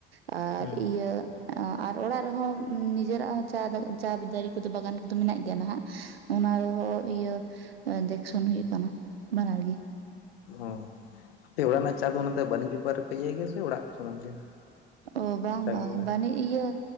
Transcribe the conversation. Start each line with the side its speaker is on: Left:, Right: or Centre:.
Right: ᱟᱨ
Left: ᱦᱩᱸ
Right: ᱤᱭᱟᱹ ᱟᱨ ᱚᱲᱟᱜ ᱨᱮᱦᱚᱸ ᱱᱤᱡᱮᱨᱟᱜ ᱦᱚᱸ ᱪᱟ, ᱪᱟ ᱫᱟᱨᱮ ᱠᱚᱫᱚ ᱵᱟᱜᱟᱱ ᱢᱮᱱᱟᱜ ᱜᱮᱭᱟ ᱱᱟᱦᱟᱸᱜ᱾ ᱚᱱᱟ ᱨᱮᱦᱚᱸ ᱤᱭᱟᱹ ᱫᱮᱠᱷᱥᱚᱱ ᱦᱩᱭᱩᱜ ᱠᱟᱱᱟ ᱵᱟᱱᱟᱨ ᱜᱮ᱾
Left: ᱚ ᱟᱯᱮ ᱚᱲᱟᱜ ᱨᱮᱱᱟᱜ ᱪᱟ ᱫᱚ ᱚᱱᱟ ᱫᱚ ᱵᱟᱹᱱᱤᱡᱽ ᱵᱮᱯᱟᱨ ᱨᱮᱯᱮ ᱤᱭᱟᱹᱭ ᱜᱮᱭᱟ ᱥᱮ ᱚᱲᱟᱜ ᱥᱩᱢᱩᱝ ᱜᱮ?
Right: ᱚ ᱵᱟᱝ
Left: ᱪᱟ
Right: ᱵᱟᱝ
Left: ᱜᱮ ᱵᱮᱱᱟᱣ
Right: ᱵᱟᱱᱤᱡᱽ ᱤᱭᱟᱹ